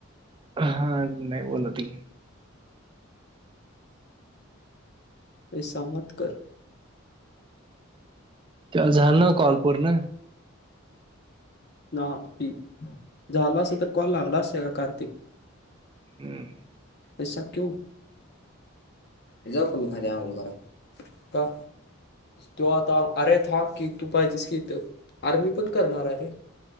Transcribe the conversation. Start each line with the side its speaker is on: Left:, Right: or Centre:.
Right: हा नइ बोल त घे
Left: असामत कर
Right: ते हा झाल न्हव काॅल पूर्ण
Left: ना इ झाला असंत कॉल लागला असता का कार्तिक
Right: हम्म
Left: एसा क्यू ह जाऊ का मी खाली आंघोळ करायला का तो आता अरे थां की तू पाहिजेस कि इथ आरे मी पण करणाराय रे